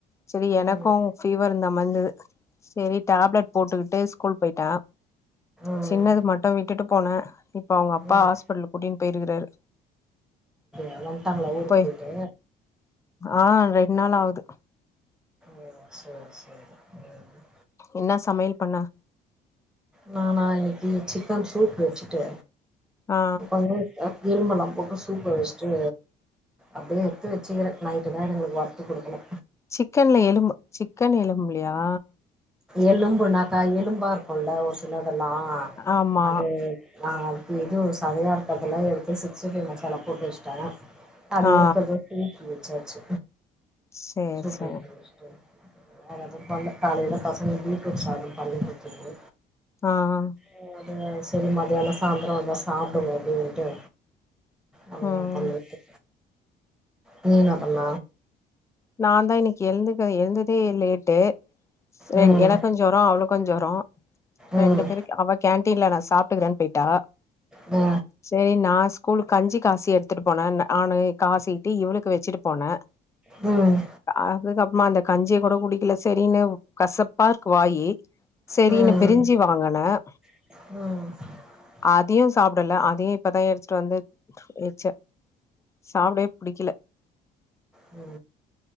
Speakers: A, on the left; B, in the centre.
A: செரி எனக்குங்
B: ம்
A: ஃபீவரு இர்ந்த மாரி இந்துது செரி டேப்லெட் போட்டுக்கிட்டே ஸ்கூல் போய்ட்ட
B: ம்
A: சின்னது மட்டு விட்டுட்டு போனே இப்ப அவுங்க அப்பா
B: ம்
A: ஹாஸ்பிட்டலு கூட்டிட்ன்டு போயிருக்காரு
B: எல்லா வன்ட்டாங்களா ஊருக்கு
A: போய்
B: போயிட்டு
A: ஆ ரெண்ட் நாள் ஆவுது
B: ஓ செர் செரி ம்
A: இன்னா சமையல் பண்ண
B: நானா இன்னிக்கி சிக்கன் சூப் வெச்சுட்டு
A: ஆ
B: இப்ப வந்து எலும்பெல்லா போட்டு சூப்ப வெச்ட்டு அப்டியே எட்த்து வெச்சிக்கிறே நைட்டு தா இதுங்குளுக்கு வர்த்து குடுக்கணோ
A: சிக்கன்ல எலும்பு சிக்கன் எலும்புலியா
B: எலும்புனாக்கா எலும்பாருக்குல்ல ஒரு சிலதெல்லா
A: ஆமா
B: அது ஆ அது இது சதையா இருக்கறதெல்லா எடுத்து சிக்ஸ்டி ஃபை மசாலா போட்டு வெச்ட்டே அது
A: ஆ
B: இருக்கர்த சூப்பு வெச்சாச்சு
A: சேர்
B: சூப்பு
A: சேர்
B: <inaudible> வேற எதும் பண்ல காலைல பசங்களுக்கு பீட்ரூட் சாதோ பண்ணி குத்துட்டு
A: ஆ ஆ
B: அ அது செரி மதியானோ சாந்தரோ வந்தா சாப்டுங்க அப்டின்ட்டு அவ்ளதா
A: ம்
B: பண்ணிவுட்டே நீ என்ன பண்ண
A: நாந்தா இன்னக்கி எழுந்துக்க எழுந்ததே லேட்டு செரென்
B: ம்
A: எனக்கொஞ் ஜொரோ அவளுக்கு ஜொரோ
B: ம்
A: ரெண்டு பேருக் அவ கேன்டீன்ல நா சாப்ட்டுக்கிறேன்னு போய்ட்டா
B: ஒ
A: செரி நா ஸ்கூல்க் கஞ்சி காசி எடுத்துட்டு போனேன் நானு காசிட்டி இவளுக்கு வச்சிட்டு போனேன்
B: ம்
A: அதுக்கப்றமா அந்த கஞ்சிய கூட குடிக்கல செரின்னு கசப்பாருக்கு வாயி செரினு
B: ம் ம்
A: பிரிஞ்சி வாங்குனேன்
B: ம்
A: அதையு சாப்டல அதையும் இப்பதா எடுத்துட்டு வந்து வச்சென் சாப்டவே புடிக்கல
B: ஒ